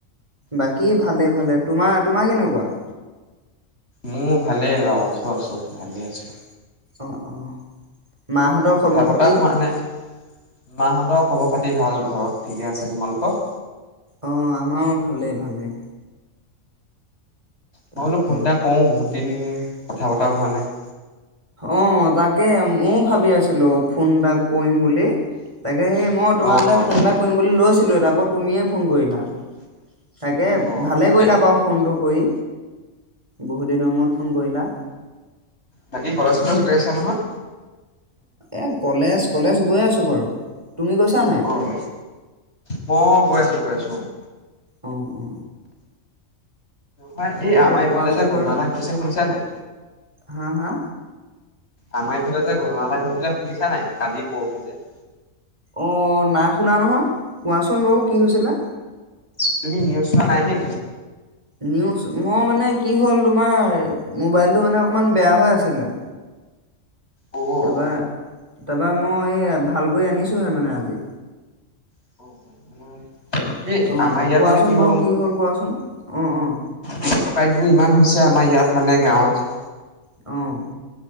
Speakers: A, on the right (about 25°); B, on the left (about 55°).
A: বাকী ভালে, ভালে। তোমাৰ, তোমাৰ কেনেকুৱা?
B: মোৰ ভালে বাৰু, আছোঁ আছোঁ ভালে আছোঁ।
A: অ', অ', মাহঁতৰ
B: কথা
A: খবৰ
B: পতা
A: খাতি?
B: হোৱা নাই। মাহঁতৰ খবৰ খাতি ভাল ঘৰত ঠিকে আছে। তোমালোকৰ?
A: অ', আমাৰও ভালে, ভালে।
B: মই
A: তাকে
B: বোলো ফোন এটা কৰোঁ, বহুত দিন কথা বতৰাও হোৱা নাই।
A: অ', তাকেই ময়ো ভাবি আছিলোঁ ফোন এটা কৰিম বুলি। তাকে সেই মই তোমালৈ
B: অ' অ'
A: ফোন এটা কৰিম বুলি লৈছিলোঁয়ে, আকৌ তুমিয়ে ফোন কৰিলা। তাকে
B: অ'
A: ভালে
B: তাকে।
A: কৰিলা বাৰু। ফোনটো কৰি, বহুদিনৰ মূৰত ফোন কৰিলা।
B: বাকী কলেজ চলেছ গৈ আছা নহয়?
A: এ, কলেজ কলেজ গৈ আছোঁ বাৰু। তুমি গৈছা নাই?
B: অ' মই গৈ আছোঁ, গৈ আছোঁ অ'।
A: অ', অ'।
B: তাপা এই
A: তাকে
B: আমাৰ এইফালে
A: কোৱাচোন
B: যে ঘটনা
A: বাৰু
B: এটা হৈছে শুনিছা নে নাই?
A: হা, হা?
B: আমাৰ এইফালে যে ঘটনা এটা ঘটিলে শুনিছা নাই? কালি পৰহি যে।
A: অ', নাই শুনা নহয়। কোৱাচোন বাৰু কি হৈছিলে?
B: তুমি নিউজ ছোৱা নাই নি?
A: নিউজ, মোৰ মানে কি হ'ল তোমাৰ মোবাইলটো মানে অকণমান বেয়া হৈ আছিলে।
B: অ অ অ
A: তাপা, তাপা মই এই ভাল কৰি আনিছোহে মানে আজি।
B: <inaudible>
A: তাক
B: এই
A: অ',
B: আমাৰ ইয়াত
A: কোৱাচোন
B: মানে হয়
A: বাৰু কি হ'ল কোৱাচোন অ', অ'।
B: চুৰ ডকাইতবোৰ ইমান হৈছে আমাৰ ইয়াত মানে গাঁৱত।
A: অ'।